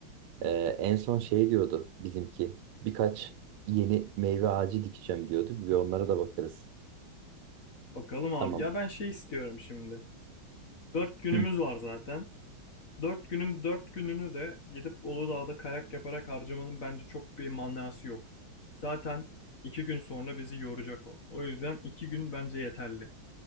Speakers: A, on the right; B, on the left.
A: Ee, en son şey diyordu bizimki birkaç yeni meyve ağacı dikeceğim diyordu. Bir onlara da bakarız.
B: Bakalım
A: Tamam.
B: abi. Ya ben şey istiyorum şimdi. Dört günümüz
A: Hı
B: var zaten. Dört günün dört gününü de gidip Uludağ'da kayak yaparak harcamanın bence çok bir manası yok. Zaten iki gün sonra bizi yoracak o. O yüzden iki gün bence yeterli.